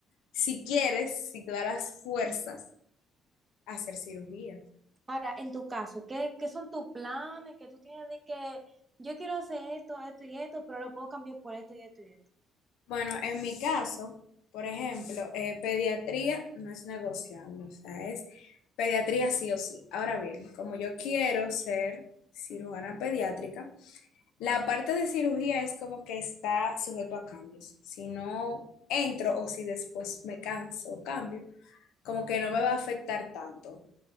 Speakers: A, on the left; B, on the right.
A: si quieres, si te da las fuerzas, hacer cirugía.
B: Ahora, en tu caso, ¿qué, qué son tus planes? Que tú tienes de que yo quiero hacer esto, esto y esto, pero lo puedo cambiar por esto y esto y esto?
A: Bueno, en mi caso, por ejemplo, eh, pediatría no es negociable, o sea, es pediatría sí o sí. Ahora bien, como yo quiero ser cirujana pediátrica, la parte de cirugía es como que está sujeto a cambios. Si no entro o si después me canso o cambio, como que no me va a afectar tanto.